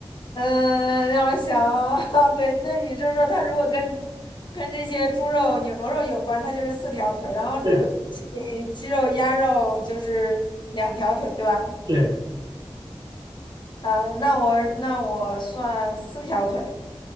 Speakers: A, on the left; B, on the right.
A: 嗯，让我想啊，<laughs> 对，那你就说它如果跟跟这些猪肉、牛肉有关，它就是四条腿，然后猪鸡鸡肉、
B: 对呀，
A: 鸭肉就是两条腿，对吧？
B: 对啊，
A: 嗯，那我那我算四条腿，